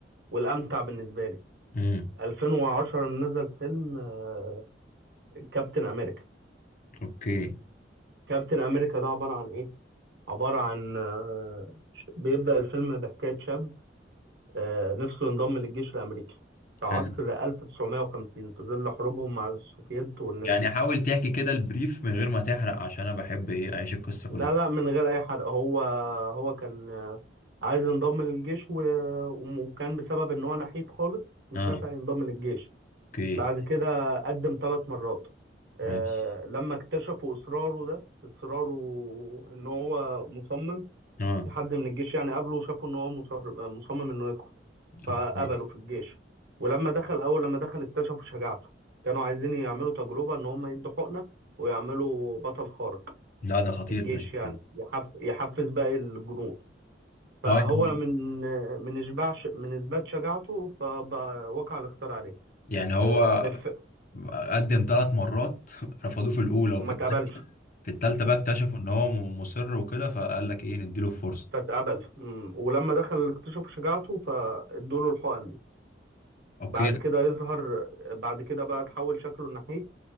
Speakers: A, on the right; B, on the left.
A: والامتع بالنسبه لي
B: امم
A: 2010 نزل فيلم آه، كابتن امريكا
B: اوكي
A: كابتن امريكا ده عباره عن ايه عباره عن آه، ش- بيبدا الفيلم بحكايه شاب آه، نفسه ينضم للجيش الامريكي في
B: حلو
A: عصر 1950 في ظل حروبهم مع السوفييت والناس
B: يعني
A: دي
B: حاول تحكي كده البريف من غير ما تحرق عشان انا بحب ايه اعيش القصة
A: لا
B: كلها
A: لا من غير اي حرق هو هو كان آه، عايز ينضم للجيش و- وم- وكان بسبب ان هو نحيف خالص مش
B: اه
A: نافع ينضم للجيش
B: اوكي
A: بعد كده قدم ثلاث مرات آه،
B: ماشي
A: لما اكتشفوا اصراره ده اصراره ان هو مصمم
B: اه
A: في حد من الجيش يعني قابله وشافوا ان هو مصر- مصمم انه يدخل فقبلوا
B: اوكي
A: في الجيش ولما دخل اول لما دخل اكتشفوا شجاعته كانوا عايزين يعملوا تجربة ان هم يدوا حقنة ويعملوا بطل خارق
B: لا ده خطير
A: في الجيش
B: ده شكله
A: يعني يحف... يحفز باقي الجنود فهو
B: اه يعني
A: من من اشباع ش... من اثبات شجاعته فبقى وقع الاختيار عليه
B: يعني هو
A: آه، بالفعل
B: قدم ثلاث مرات <laughs> رفضوه في الاولى وفي
A: وما
B: الثانيه
A: اتقبلش
B: في الثالثه بقى اكتشفوا ان هو م- مصر وكده فقال لك ايه نديله فرصه
A: فاتقبل مم. ولما دخل اكتشف شجاعته فادوا له الحقن دي
B: اوكي
A: بعد كده يظهر بعد كده بقى تحول شكله ناحيه